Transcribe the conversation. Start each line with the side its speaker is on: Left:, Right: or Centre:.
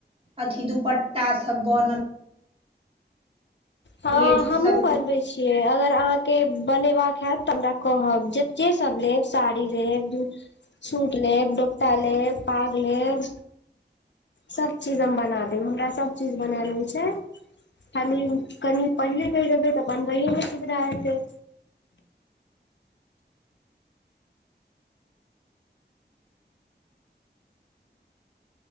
Right: अथी दुपट्टा सब बनल
Left: हँ
Right: लेडीज
Left: हमहुँ
Right: सब
Left: बनबैत
Right: के
Left: छियइ अगर अहाँके बनेबाक हत तऽ हमरा कहब जे के सब लेब साड़ी लेब सुट लेब डोपटा ले पाग लेब सब चीज हम बना देब हमरा सब चीज बनाल आबै छय क कनि पहिले कह जबै तऽ बनबैमे सुविधा हेतइ